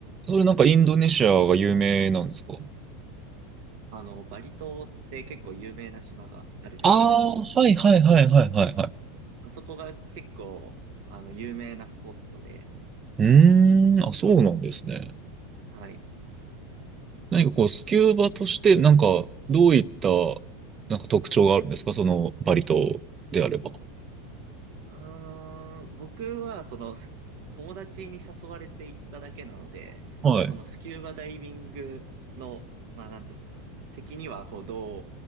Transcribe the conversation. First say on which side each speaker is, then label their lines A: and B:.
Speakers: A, on the right; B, on the right.
A: それなんかインドネシアが有名なんですか
B: あの、バリ島って結構有名な島があるじゃないですか。
A: ああー、はいはいはいはいはいはい。
B: あそこが結構、あの、有名なスポットで、
A: うーん、あ、そうなんですね。
B: はい。
A: 何かこう、スキューバとしてなんかどういったなんか特徴があるんですかそのバリ島であれば。
B: うーん、僕は、その、す友達に誘われて行っただけなので、
A: はい。
B: そのスキューバダイビングの、まあ、なんていうんですか、敵には、こう、どう